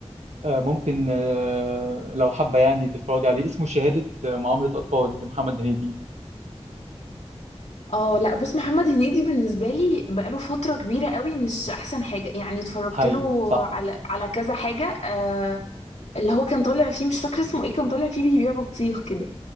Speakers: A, on the right; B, on the left.
A: آه، ممكن آه، لو حابة يعني تتفرج عليه اسمه شهادة آه، معاملة أطفال لمحمد هنيدي
B: اه لا بص محمد هنيدي بالنسبة لي بقاله فترة كبيرة قوي مش احسن حاجة يعني اتفرجت
A: هاي
B: له
A: صح
B: على على كذا حاجة آه اللي هو كان طالع فيه مش فاكرة اسمه ايه كان طالع فيه بيبيع بطيخ كده